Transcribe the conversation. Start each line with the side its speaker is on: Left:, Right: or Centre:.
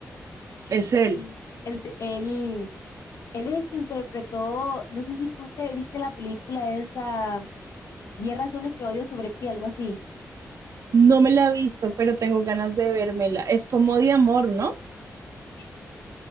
Left: sí,
Right: Es él.
Left: sí. Él, se- él, él es el que interpretó, no sé si tú te viste la película esa, 10 razones que odio sobre ti, algo así.
Right: No me la he visto, pero tengo ganas de vérmela. Es como de amor, ¿no?
Left: Sí.